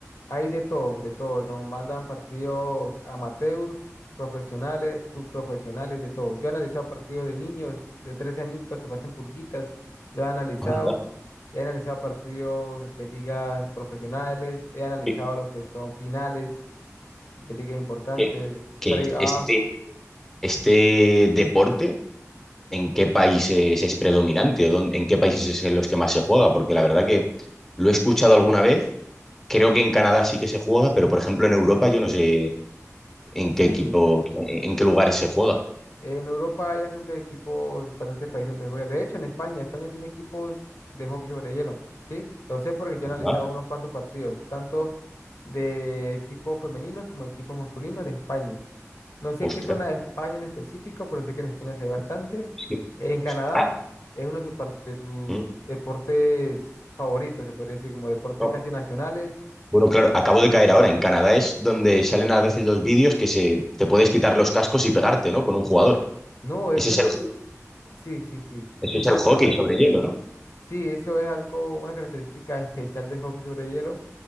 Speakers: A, on the left; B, in the centre.
A: Hay de todo, de todo. Nos mandan partidos amateurs, profesionales, subprofesionales, de todo. Yo he analizado partidos de niños de 13 añitos que pasen pulguitas, lo he analizado.
B: Anda,
A: He analizado partidos de ligas profesionales, he analizado
B: que,
A: lo que son finales de ligas importantes,
B: que- que
A: playoffs.
B: este, este deporte en qué países es predominante o dónde- en qué países es en los que más se juega, porque la verdad que lo he escuchado alguna vez, creo que en Canadá sí que se juega, pero por ejemplo en Europa yo no sé en
A: Sí,
B: qué equipo, en, en qué lugares se juega.
A: En Europa hay bastantes equipos, bastantes países donde se juega. De hecho, en España, España tiene equipos de hockey sobre hielo. Sí, lo sé porque yo
B: Anda,
A: he analizado unos cuantos partidos, tanto de equipos femeninos como equipos masculinos de España. No sé
B: Ostras.
A: qué zona de España en específico, pero sé que en España se ve bastante.
B: es que-
A: En Canadá
B: ah,
A: es uno de sus, par- de sus
B: Mm.
A: deportes favoritos, se podría decir, como deportes
B: no,
A: casi nacionales.
B: No, claro, acabo de caer ahora. En Canadá es donde salen a veces los vídeos que se, te puedes quitar los cascos y pegarte, ¿no? Con un jugador.
A: No, eso
B: Ese es
A: es,
B: el,
A: en- sí, sí, sí,
B: ese
A: eso
B: es el hockey
A: pasa.
B: sobre hielo, ¿no?
A: Sí, eso es algo, una característica especial de hockey sobre hielo,